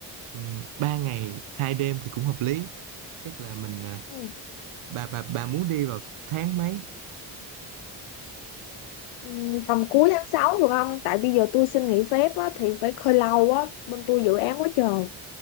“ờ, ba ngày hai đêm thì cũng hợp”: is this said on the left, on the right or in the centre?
Right